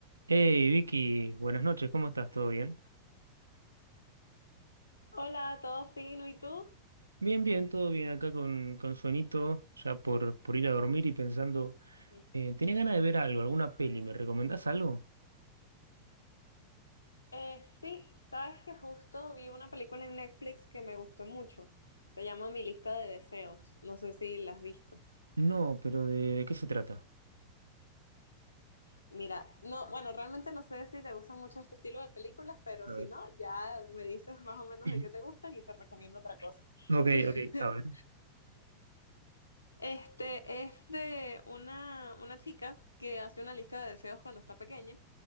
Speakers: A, on the right; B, on the left.
A: Hey Vicky, buenas noches, ¿cómo estás? ¿Todo bien?
B: Hola, todo fino, ¿y tú?
A: Bien, bien, todo bien acá con, con sueñito, ya por, por ir a dormir y pensando,
B: Sí.
A: eh, tenía ganas de ver algo, alguna peli, ¿me recomendás algo?
B: Eh, sí, sabes que justo vi una película en Netflix que me gustó mucho. Se llama Mi lista de deseos. No sé si la has visto.
A: No, pero ¿de, de qué se trata?
B: Mira, no, bueno, realmente no sé si te gustan mucho este estilo de películas, pero
A: A
B: si
A: ver.
B: no, ya me dices más o menos
A: <clears throat>
B: de qué te gustan y te recomiendo otra cosa.
A: Ok,
B: <laughs>
A: ok, a ver.
B: Este es de una, una chica que hace una lista de deseos cuando está pequeña